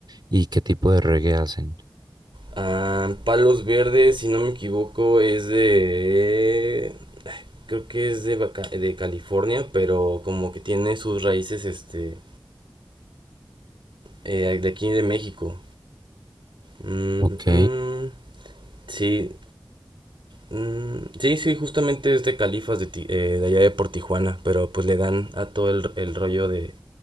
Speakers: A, on the right (about 60°); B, on the right (about 80°).
A: y qué tipo de reggae hacen.
B: Am, Palos Verdes, si no me equivoco, es de... Creo que es de, Baca- de California, pero como que tiene sus raíces, este, eh, de aquí de México. Mm,
A: Ok,
B: mm, sí, Mm, sí, sí, justamente es de Califas de, Ti- eh, de allá de por Tijuana, pero pues le dan a todo el, el rollo de,